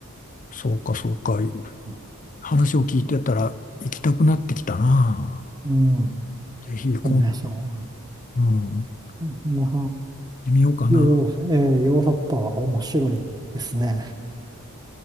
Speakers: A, on the left; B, on the right.
A: そうか、そうか。
B: う
A: 話を聞いてたら行きたくなってきたな。
B: ん、
A: ぜひ、こん、
B: うんでしょ
A: うん、行っ
B: う。いや、
A: てみようかな。
B: ヨー、えーヨーロッパは面白いですね。